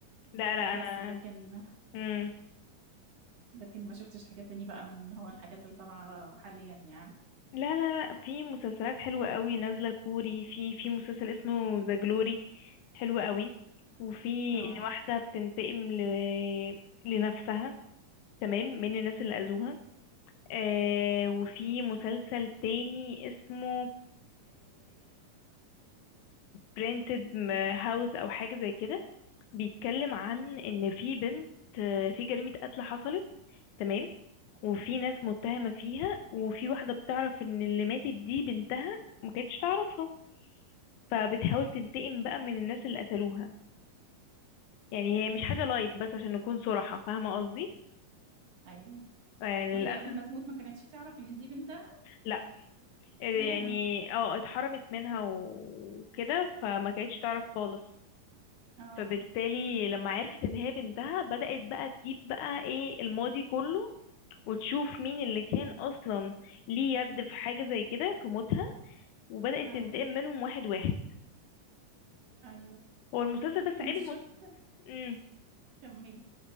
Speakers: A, on the left; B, on the right.
A: لا لا
B: آه، بس
A: انا
B: لكن
A: مم.
B: لكن ما شفتش حاجة تاني بقى من اللي هو الحاجات اللي طالعة حاليا يعني
A: لا لا لا في مسلسلات حلوة قوي نازلة كوري في في مسلسل اسمه ذا جلوري حلو قوي وفي
B: اه
A: ان واحدة بتنتقم ل... لنفسها تمام من الناس اللي اذوها آه وفي مسلسل تاني اسمه برينتد هاوس او حاجة زي كده بيتكلم عن ان في بنت آه، في جريمة قتل حصلت تمام وفي ناس متهمة فيها وفي واحدة بتعرف ان اللي ماتت دي بنتها ما كانتش تعرفها فبتحاول تنتقم بقى من الناس اللي قتلوها يعني هي مش حاجة لايت بس عشان نكون صراحة فاهمة قصدي
B: ايوه
A: آه، للأسف
B: وهي قبل ما تموت ما كانتش تعرف ان دي بنتها
A: لا آه، يعني
B: ياه
A: اه اتحرمت منها وكده فما كانتش تعرف خالص
B: اه
A: فبالتالي لما عرفت ان هي بنتها بدأت بقى تجيب بقى ايه الماضي كله وتشوف مين اللي كان اصلا ليه يد في حاجة زي كده في موتها وبدأت
B: اه
A: تنتقم منهم واحد واحد
B: ايوه
A: هو المسلسل بس
B: كنت
A: عيب المس...
B: شفت
A: مم.
B: كملي